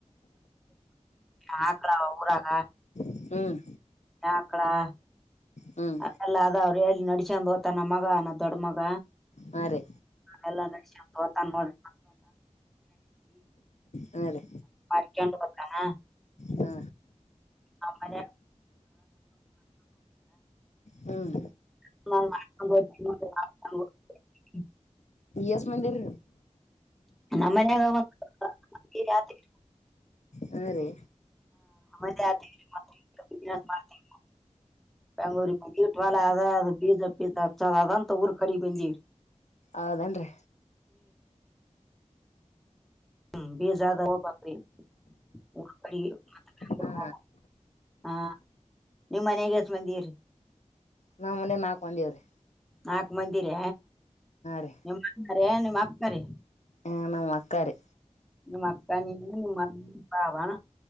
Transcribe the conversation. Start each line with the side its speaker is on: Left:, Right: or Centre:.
Centre: ಹಾಕ್ಳ ಊರಾಗ
Left: ಹ್ಮ್
Centre: ಯಕ್ಳಾ
Left: ಹ್ಮ್
Centre: ಅದಲ್ಲ ಅದ ಅವ್ರು ಹೇಳಿ ನಡಸಂದ್ ಓತನ ನನ್ ಮಗ ನನ್ ದೊಡ್ಡ ಮಗ
Left: ಹಾಂ ರಿ
Centre: ಎಲ್ಲಾ <unintelligible> ನಸತ ನೋಡ
Left: ಹಾ ರೀ
Centre: ಮಾಡ್ಕೊಂಡು ಬತಾನ
Left: ಹಾ
Centre: ನಮ್ಮನೆ
Left: ಹ್ಮ್
Centre: <unintelligible>
Left: ಎಸ್ ಮಂದಿ <unintelligible>
Centre: ನಮ್ಮನ್ಯಾಗ <unintelligible>
Left: ಹಾ ರೀ
Centre: ಬಿ ಮಾಡ <unintelligible> ಬೆಂಗೂರಿಗೆ ವೀಟ್ ವಾಲ ಅ ಅದು ಪೀಸ ಪೀಸ ಅಚ್ಚಂತ ಊರು ಕಡಿ ಬೆಜಿ <unintelligible>
Left: ಹೌದೇನ್ ರೀ.
Centre: ಹ್ಮ ಬೇಜಾದ <unintelligible>
Left: ಹಾ
Centre: ಹಾ ನಿಮ್ಮ್ ಮನೆಗೆ ಎಷ್ಟ್ ಮಂದಿರಿ?
Left: ನಾಮ್ ಮನೆಗ್ ನಾಕ್ ಮಂದಿ ಇವ್ರಿ.
Centre: ನಾಲ್ಕು ಮಂದಿರ
Left: ರೀ
Centre: ನಿಮ್ಮ <unintelligible> ನಿಮ್ ಅಕ್ಕರಿ
Left: ಹ ನಮ್ಮ್ ಅಕ್ಕಾರಿ
Centre: ನಿಮ್ಮಕ್ಕಾನಿ <unintelligible> ಯ ನಿಮ್ಮಮ್ಮ ಪಾವಣ